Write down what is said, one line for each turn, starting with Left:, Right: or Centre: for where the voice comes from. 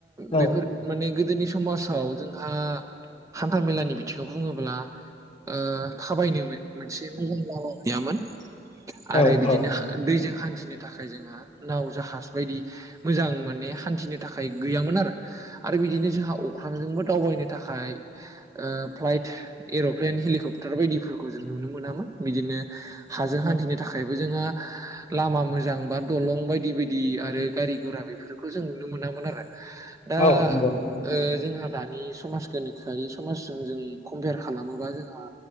Left: औ
Right: बेफोर माने गोद दैनि समासाव जोंहा हान्था मेलानि बिथिङाव बुङोब्ला ओ खाबायनोमोन मोनसे मह' मल' गैयामोन
Left: औ
Right: आरो
Left: औ
Right: बिदिनो दैजों हान थिनो थाखाय जोंहा नाव जाहाज बायदि मोजां माने हान्थिनो थाखाय गैयामोन आरो आरो बिदिनो जोंहा अख्रांजोंबो दावबायनो थाखाय ओ फ्लाइट एर'प्लेन हेलिकप्टार बायदिफोरखौ जों नुनो मोनामोन बिदिनो हाजों हान्थिनो थाखायबो जोंहा लामा मोजां बा दलं बायदि बायदि आरो गारि गरा बेफोरखौ जों नुनो मोनामोन आरो दा
Left: औ नंगौ
Right: ओ जोंहा दानि समाज गोनोखोआरि समाजजों जों कम्पेयार खालामोबा जोंहा